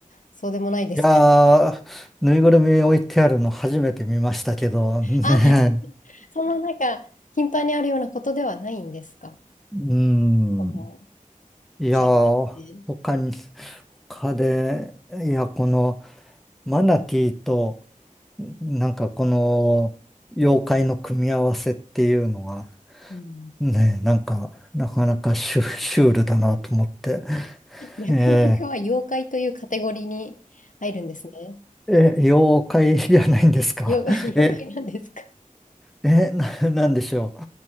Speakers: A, on the left; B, in the centre.
A: そうでもないですか。
B: いやー、ぬいぐるみ置いてあるの初めて見ましたけど、ねえ。
A: あ、そんななんか、頻繁にあるようなことではないんですか、
B: うん。
A: この
B: いやー、
A: 階段で。
B: 他に、他で、いや、この、マナティーと、なんかこの、妖怪の組み合わせっていうのは、
A: うん
B: ねえ、なんか、なかなかシュ、シュールだなと思って。
A: 脈々は妖怪というカテゴリーに入るんですね。
B: えー、え、妖怪じゃないんですか
A: 妖、<laughs>
B: <laughs>
A: 妖怪なんですか
B: え、え、な、なんでしょう。